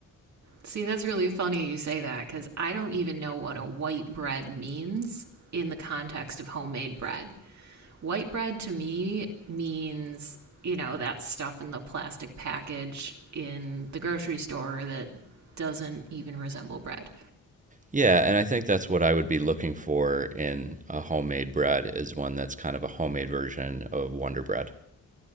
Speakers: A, on the right; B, on the right.
A: See, that's really funny you say that because I don't even know what a white bread means in the context of homemade bread. White bread to me means, you know, that stuff in the plastic package in the grocery store that doesn't even resemble bread.
B: Yeah, and I think that's what I would be looking for in a homemade bread is one that's kind of a homemade version of Wonder Bread.